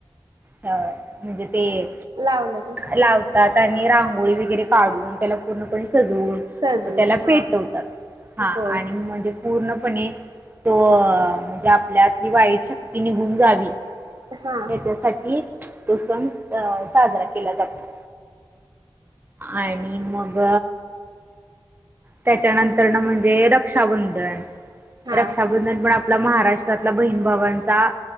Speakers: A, on the right; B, on the right.
A: ह म्हणजे ते
B: लावलं ग
A: लावतात आणि रांगोळी वगैरे काढून त्याला पूर्णपणे सजवून
B: सजवून
A: त्याला
B: हा
A: पेटवतात हा
B: होय
A: आणि म्हणजे पूर्णपणे तो म्हणजे आपल्यातली वाईट शक्ती निघून जावी
B: हा
A: त्याच्यासाठी तो सण अ साजरा केला जातो आणि मग त्याच्यानंतर ना म्हणजे रक्षाबंधन
B: हा
A: रक्षाबंधन पण आपला महाराष्ट्रातला बहीण भावांचा